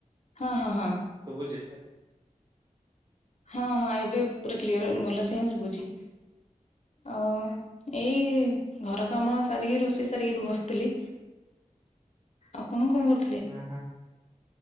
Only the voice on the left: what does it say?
ହଁ ହଁ ହଁ।
ହଁ ହଁ ଏବେ ପୁରା କ୍ଲିୟର ଭଲସେ ହଁ ଶୁଭୁଚି। ଅ ଏଇ ଘର କାମ ସାରିକି ରୋଷେଇ ସାରିକି ଏଇଠି ବସିଥିଲି। ଆପଣ କଣ କରୁଛ